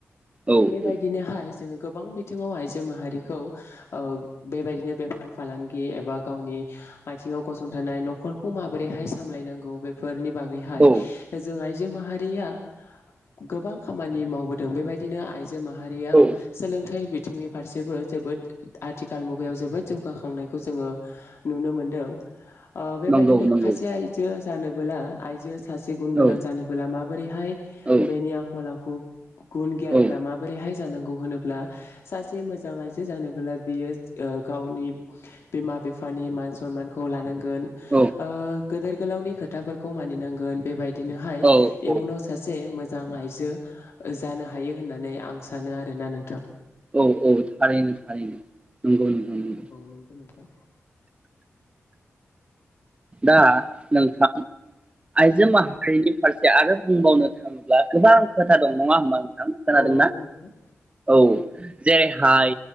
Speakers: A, on the right (about 25°); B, on the left (about 65°).
A: औ
B: बेबायदिनोहाय
A: औ
B: जोङो गोबां बिथिङाव आइजो माहारिखौ ओ बेबायदिनो बेफार फालांगि एबा गावनि आथिङाव गसंथानाय न'खरखौ माबोरैहाय सामलायनांगौ <unintelligible> <unintelligible> फोरनि बागैहाय
A: औ
B: जों आइजो माहारिया गोबां खामानि मावबोदों बेबायदिनो आइ आइजो माहारियाव
A: औ
B: सोलोंथाइ बिथिंनि फारसेबो जोबोद आथिखाल मुगायाव जोबोद जौगाखांनायखौ जोङो नुनो मोनदों। ओ बेबायदिनो
A: नंगौ नंगौ
B: खायसे आयजो जानोबोला आइजो सासे गुन
A: औ
B: गोनां जानबोला माबोरैहाय
A: औ
B: बेनि आखल आखु <unintelligible> गुन गियानफोरा
A: औ
B: माबोरैहाय जानांगौ <unintelligible> होनो <unintelligible> सासे मोजां आइजो आइजो‌ जानोबोला बियो ओ गावनि बिमा बिफानि मान सनमानखौ लानां <unintelligible>
A: औ औ
B: ओ गोदोर गोलावनि खोथाफोरखौ मानिनां <unintelligible> बेबायदि बिनोहाय
A: औ औ
B: इयुनाव सासे <unintelligible> मोजां आयजो जानो हायो होननानै आं सानो आरोना नों <unintelligible>
A: औ औ थारैनो थारैनो नंगौ नोंथां औ।
B: नंगौ नोंथां
A: दा नोंथां आइजो माहारिनि फारसे आरो बुंबावनो थाङोब्ला गोबां खोथा दं नङा होमबा? <unintelligible> खोनादोंना
B: औ नंगौ नोंथां
A: औ जेरैहाय